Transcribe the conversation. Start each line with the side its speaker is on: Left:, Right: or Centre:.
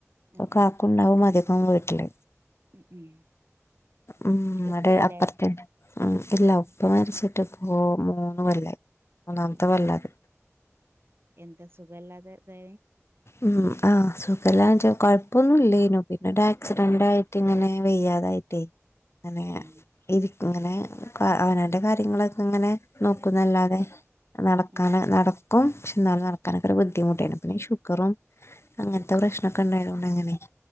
Left: പ്പ
Right: ഉം
Left: കാക്കുണ്ടാവും
Right: ഉം
Left: അധികം വീട്ട്ല്
Right: ഉം ഉം
Left: ഉം
Right: ഉപ്പല്ലേ
Left: ഒരു അപ്പർത്തെ ആ ഇല്ല ഉപ്പ മര്ച്ചിട്ട് പ്പൊ മൂന്നു കൊല്ലായി. മൂന്നാമത്തെ
Right: ഏ
Left: കൊല്ലാ അത്
Right: എന്താ സുഖല്ലാതെ ഇതായെ
Left: ഉം ആ സുഖല്ലാ കൊഴപ്പൊന്നും ഇല്ലനോ പിന്നെ ഒരു ആക്സിഡന്റ് ആയിട്ട് ഇങ്ങനെ വെയ്യാതായിട്ടേ അങ്ങനെ
Right: ഏ ഏ
Left: ഇ ഇങ്ങനെ അവനാന്റെ കാര്യങ്ങളൊക്കെ ഇങ്ങനെ നോക്കുന്നല്ലാതെ നടക്കാന
Right: ഏ ഏ
Left: നടക്കും പക്ഷെ എന്നാലും നടക്കാനൊക്കെ ഒരു ബുദ്ധിമുട്ടേ ന്നു പിന്നെ ശു ഗറും അങ്ങൻത്തെ പ്രശ്നക്കെ ഇ ണ്ടായതോണ്ട് അങ്ങനെ